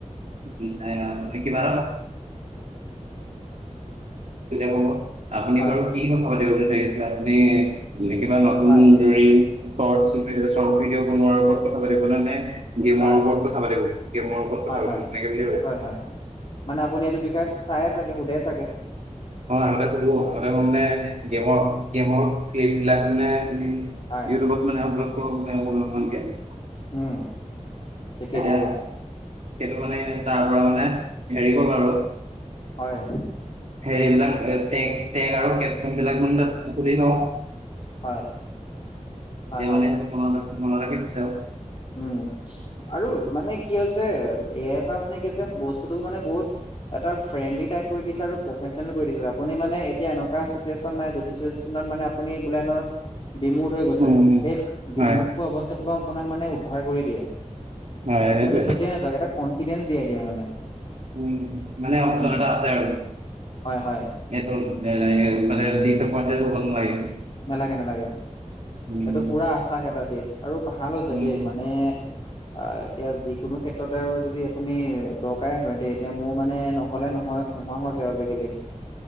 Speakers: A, on the right; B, on the left.
A: <unintelligible> এতিয়া ক'ব, আপুনি
B: হয়
A: বাৰু কি কথা পাতিব বিচাৰিছে, আপুনি? যি কেইটা নতুন
B: হয়
A: ৰিল চৰ্ট চৰ্ট ভিডিঅ' বনোৱাৰ ওপৰত কথা পাতিবলৈ নে? <unintelligible> মোৰ
B: হয়
A: ওপৰত কথা পাতিব? গে মোৰ ওপৰত
B: হয়
A: কথা পাতিব
B: হয়
A: তেনেকে বুলিয়ে কয়।
B: হয় হয় মানে আপুনি এইটো বিষয়ে চাই চাগে, সুধে চাগে।
A: অঁ! আগতে সুধো। <unintelligible> কম নে গেমৰ-গেমৰ ক্লিপ বিলাক মানে ইউটিউবত
B: হয়
A: মানে আপলোড কৰোঁ মানে অকল মানে গেম।
B: উম। ঠিকে
A: এতিয়া,
B: ঠিকে।
A: সেইটো মানে তাৰ পৰা মানে হেৰি কৰোঁ আৰু।
B: হয়।
A: হেৰি বিলাক টেগ-টেগ আৰু কেপচন বিলাক মানে তাত সুধি লওঁ।
B: হয়।
A: এতিয়া
B: হয়, হয়,
A: মানে সেইটো মনত-মনত ৰাখি থৈছে আৰু।
B: উম। আৰু মানে কি হৈছে এআই পা মানে কি হৈছে বস্তুটো মানে বহুত এটা ফ্ৰেণ্ডলি টাইপ কৰি দিছে আৰু প্ৰফেচনেল কৰি দিছে। আপুনি মানে এতিয়া এনে চিটুৱেচন নাই যিটো চিটুৱেচনত মানে আপুনি বোলে ন ডিমোট হৈ গৈছে।
A: উম,
B: সেই ডিমোট
A: হয়
B: পোৱা অৱস্থাটোৰ পৰা মানে আপোনাক উদ্ধাৰ কৰি দিয়ে।
A: হয় সেইটোৱে।
B: মানে য'তেই নাযাওঁক এটা কনফিডেঞ্চ দিয়াই দিয়ে মানে।
A: উম! মানে অপচন
B: উম,
A: এটা আছে আৰু।
B: হয়, হয়,
A: সেইটো এ মানে ডিচয়েপ‌ইণ্টেত হ'ব নালাগে।
B: নেলাগে-নেলাগে।
A: উম,
B: সেইটো পুৰা আশ্বাস এটা দিয়ে। আৰু ভাল হৈছে
A: উম,
B: দেই মানে আ এতিয়া যিকোনো ক্ষেত্ৰতে আৰু যদি আপুনি দৰকাৰে হয় দেই। এতিয়া মোৰ মানে ন নহ'লে নহয় নোহোৱা হৈছে আজিকালি।